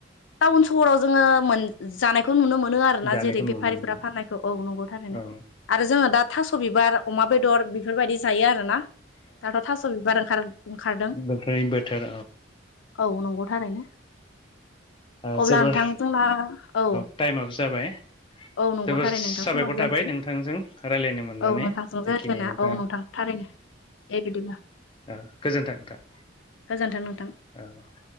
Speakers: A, on the left; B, on the left.
A: टाउन सहराव जोङो मोन जानायखौ नुनो मोनो आरो ना
B: जानायखौ
A: जेरै
B: नुनो
A: बेफारिफोरा
B: मोनो
A: फाननायखौ औ नंगौथारैनो
B: औ
A: आरो जोङो दा थास' बिबार अमा बेदर बेफोरबायदि जायो आरोना। दाथ' थास' बिबार ओंखार ओंखारदों।
B: ओमफ्राय बो थोर
A: औ नंगौथारैनो
B: ओ
A: अब्ला
B: जोबोर
A: नोंथां जोंना औ
B: टाइमाबो जाबाय।
A: औ नंगौ
B: जोबोर
A: थारैनो
B: साबायखर
A: नोंथां समाबो
B: थाबाय
A: जानोसै
B: नोंथांजों राय्लायनो मोननानै
A: औ नोंथांजों
B: जेखिनि
A: रायज्लायना
B: नोंथाङा
A: औ नोंथां थारैनो देबिदिब्ला
B: औ गोजोन्थों नोंथां।
A: गोजोन्थों नोंथां।
B: औ